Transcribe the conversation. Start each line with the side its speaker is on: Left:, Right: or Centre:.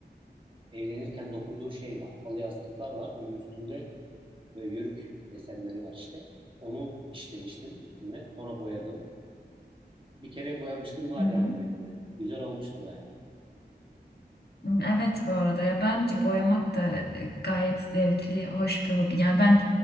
Right: evlenirken dokuduğu şey var. Halı yastıklar var. Onun üstünde böyle yörük desenleri var işte. Onu işlemiştim üstüne. Sonra boyadım. Bir kere boyamışlığım var
Left: Hı hı.
Right: yani benim de. Güzel olmuştu bayağı.
Left: Hmm, Evet bu arada ya bence boyamak da e, gayet zevkli, hoş bir hobi. Yani ben